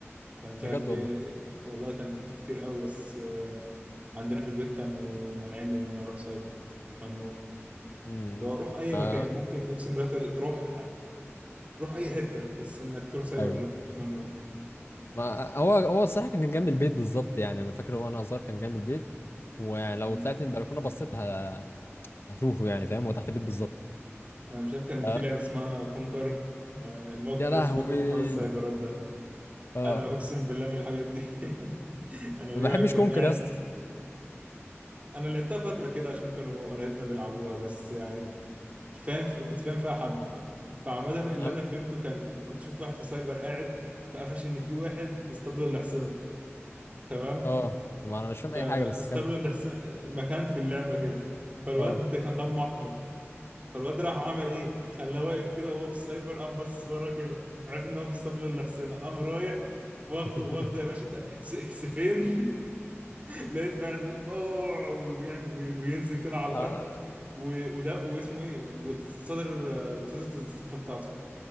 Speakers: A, on the right; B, on the left.
A: كان مش
B: بجد
A: عارف
B: والله
A: ايه والله كان في كتير قوي بس آه، عندنا في البيت كانوا مانعيني ان انا اروح سايبر ممنوع
B: امم
A: لو اروح اي
B: اه
A: مكان ممكن اقسم بالله ت- تروح تروح اي حته بس انك تروح سايبر
B: ايوه
A: لا ممنوع
B: ما هو هو الصراحه كان جنب البيت بالظبط يعني انا فاكر وانا صغير كان جنب البيت ولو
A: مم.
B: طلعت من البلكونه بصيت ه... هشوفه يعني فاهم هو تحت البيت بالظبط
A: انا مش عارف كان
B: ف-
A: في لعبه اسمها كونكر آه، الموقف
B: يا
A: ده
B: لهوي
A: لسه فاكره في حوار السايبرات ده
B: اه
A: انا
B: آه.
A: اقسم بالله من الحاجات دي <laughs> انا
B: ما
A: في
B: بحبش
A: واحد كان
B: كونكر
A: قاعد
B: يا اسطى
A: انا لعبتها فتره كده عشان كانوا قرايبنا بيلعبوها بس يعني فاهم كنت فاهم فيها حبه فعمدا اللي
B: أنا-
A: انا فهمته كان كنت شفت واحد في سايبر قاعد فقفش ان في واحد في اسطبل الاحصنه تمام
B: اه ما انا مش فاهم
A: فاستبدلوا
B: اي حاجه بس كمل
A: الحسن... مكان في اللعبه كده فالواد
B: اه
A: كان دمه احمر فالواد راح عمل ايه خلاه واقف كده وهو في السايبر قام باصص ورا كده عرف ان هو في اسطبل الحسنة قام رايح واخده
B: <laughs>
A: واخده يا باشا ت- س- سيفين <laughs> لقيت بعد بيقول اوه وبيعمل- بي- بينزل كده على الارض
B: آه.
A: و- وده واسمه ايه وتصدر تصدر الصفه بتاعته